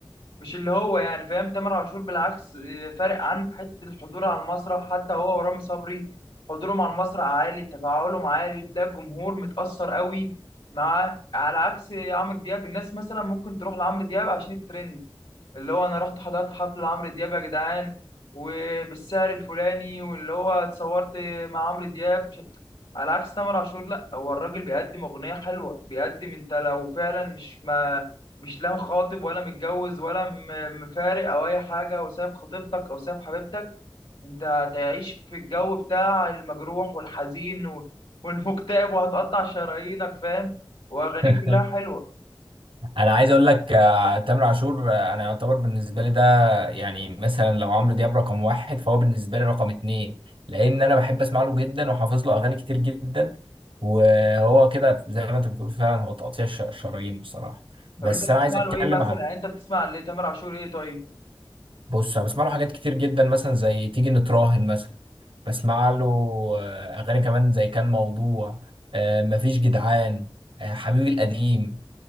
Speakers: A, on the left; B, on the right.
A: مش اللي هو يعني فاهم تامر عاشور بالعكس آه، فارق عن في حتة الحضور على المسرح حتى هو ورامي صبري حضورهم على المسرح عالي تفاعلهم عالي تلاقي الجمهور متأثر قوي مع على عكس عمرو دياب الناس مثلا ممكن تروح لعمرو دياب عشان الترند اللي هو انا رحت حضرت حفل عمرو دياب يا جدعان وبالسعر الفلاني واللي هو اتصورت مع عمرو دياب مش- على عكس تامر عاشور لا هو الراجل بيقدم اغنيه حلوه بيقدم انت لو فعلا مش ما مش لا خاطب ولا متجوز ولا م- مفارق او اي حاجه او ساب خطيبتك او ساب حبيبتك انت هتعيش في الجو بتاع المجروح والحزين و- والمكتئب وهتقطع شرايينك فاهم واغانيه
B: <laughs>
A: كلها حلوه
B: انا عايز اقول لك آه، تامر عاشور آه، انا يعتبر بالنسبه لي ده يعني مثلا لو عمرو دياب رقم واحد فهو بالنسبه لي رقم اتنين لان انا بحب اسمع له جدا وحافظ له اغاني كتير جدا وهو كده زي ما انت بتقول فعلا هو تقطيع الش- الشرايين بصراحه بس
A: طب انت بتسمع
B: انا عايز اتكلم
A: له ايه مثلا
B: عن
A: يعني انت بتسمع لتامر عاشور ايه طيب
B: بص انا بسمع له حاجات كتير جدا مثلا زي تيجي نتراهن مثلا بسمع له آه، اغاني كمان زي كان موضوع آه، مفيش جدعان آه، حبيبي القديم